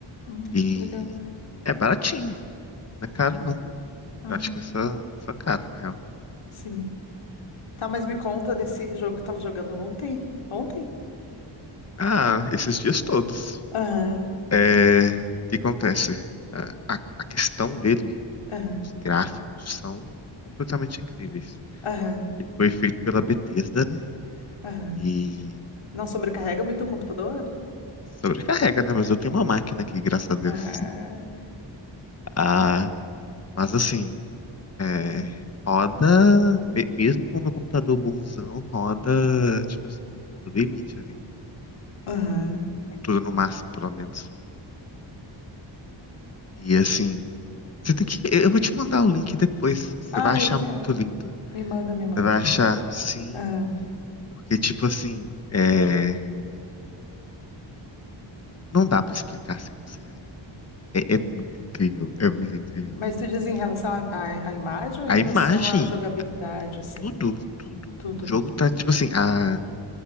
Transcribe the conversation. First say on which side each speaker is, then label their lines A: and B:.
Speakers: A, on the left (about 85°); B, on the left (about 30°).
A: Hum,
B: E
A: legal.
B: é baratinho, não é caro
A: É.
B: não.
A: Ah,
B: Acho que é só, só caro, na real.
A: sim. Tá, mas me conta desse jogo que tava jogando ontem. Ontem?
B: Ah, esses dias todos.
A: Aham,
B: É, o que acontece? A, a, a questão dele,
A: aham,
B: que os gráficos são completamente incríveis.
A: aham,
B: Ele foi feito pela Bethesda, né?
A: aham.
B: E
A: Não sobrecarrega muito o computador?
B: sobrecarrega, né? Mas eu tenho uma máquina aqui, graças a Deus.
A: Ah,
B: Ah, mas assim, é,
A: ah,
B: roda, me- mesmo com o meu computador bonzão, roda, tipo assim, no limite ali.
A: aham.
B: Contudo, no máximo, pelo menos. E assim, você tem que. Eu vou te mandar o link depois. Você
A: Ah,
B: vai achar
A: eu quero.
B: muito lindo.
A: Me manda, me manda.
B: Você vai achar, sim,
A: Aham.
B: porque, tipo assim, é, não dá pra explicar sem você ver. É, é muito incrível, é muito incrível.
A: Mas tu diz em relação à à- à imagem ou
B: A
A: em relação
B: imagem,
A: à jogabilidade, assim?
B: tudo, tudo.
A: Tudo.
B: O jogo tá, tipo assim, a...